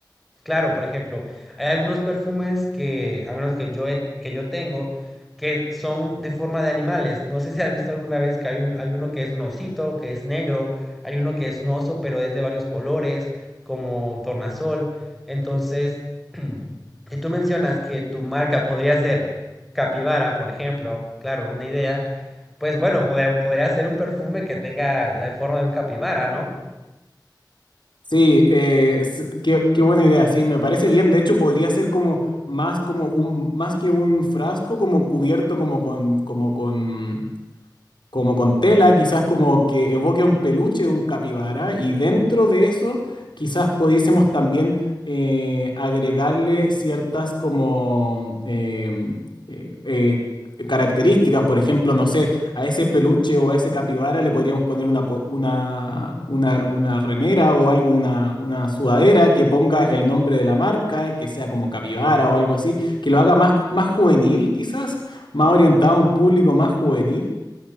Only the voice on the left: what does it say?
Sí, eh, s- qué, qué buena idea, sí, me parece bien. De hecho, podría ser como más como un, más que un frasco, como cubierto como con, como con como con tela, quizás como que evoque a un peluche de un capibara, y dentro de eso quizás pudiésemos también eh, agregarle ciertas como em, eh, eh, características, por ejemplo, no sé, a ese peluche o a ese capibara le podríamos poner una, po- una, una, una remera o algo, una, una sudadera que ponga el nombre de la marca, que sea como capibara o algo así, que lo haga más, más juvenil quizás, más orientado a un público más juvenil.